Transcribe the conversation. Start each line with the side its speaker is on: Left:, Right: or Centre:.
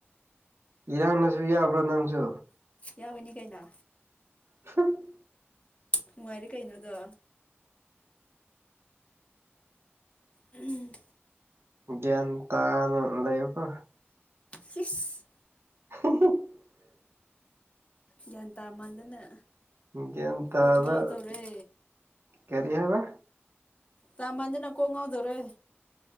Right: ꯏꯔꯥꯡꯅꯁꯨ ꯌꯥꯎꯕ꯭ꯔꯥ ꯅꯪꯁꯨ
Left: ꯌꯥꯎꯋꯤꯅꯤ ꯀꯩꯅꯣ
Right: <unintelligible>
Left: ꯅꯨꯡꯉꯥꯏꯔꯦ ꯀꯩꯅꯣꯗꯣ ꯎꯝ
Right: ꯒ꯭ꯌꯥꯟ ꯇꯥꯅ ꯂꯩꯌꯨꯀꯣ꯫
Left: ꯁꯤꯁ꯫
Right: <inaudible>
Left: ꯒ꯭ꯌꯥꯟ ꯇꯥꯃꯟꯗꯅ
Right: ꯒ꯭ꯌꯥꯟ ꯇꯥꯕ
Left: ꯀꯣꯛ ꯉꯥꯎꯗꯧꯔꯦ꯫
Right: ꯀꯔꯤ ꯍꯥꯏꯕ꯫
Left: ꯇꯥꯃꯟꯗꯅ ꯀꯣꯛ ꯉꯥꯎꯗꯣꯔꯦ꯫